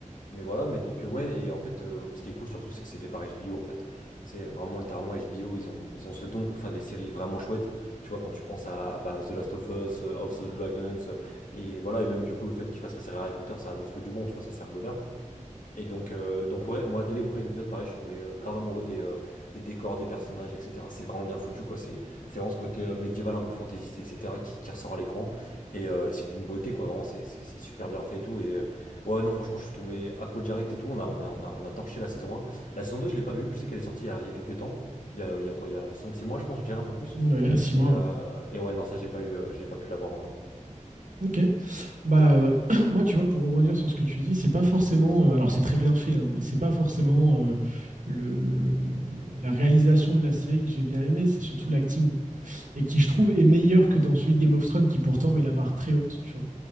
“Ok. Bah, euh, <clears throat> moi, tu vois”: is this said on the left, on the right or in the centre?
Right